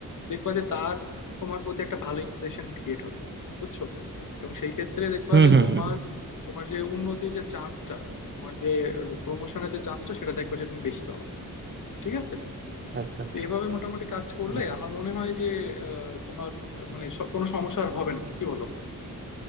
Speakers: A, on the left (about 70°); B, on the right (about 35°).
A: দেখবা যে তার তোমার প্রতি একটা ভালো ইমপ্রেশন ক্রিয়েট হবে বুঝছো এবং সেই ক্ষেত্রে দেখবা
B: হুম
A: যে
B: হুম
A: তোমার
B: হুম
A: তোমার যে উন্নতির যে চান্সটা তোমার যে প্রমোশনের যে চান্সটা সেটা দেখবা যে তুমি বেশি পাবা ঠিক আছে
B: আচ্ছা আচ্ছা
A: তো এভাবে মোটামুটি কাজ করলে
B: হুম।
A: আমার মনে হয় যে আহ, তোমার আহ, মানে স- কোনো সমস্যা আর হবে না কি বলো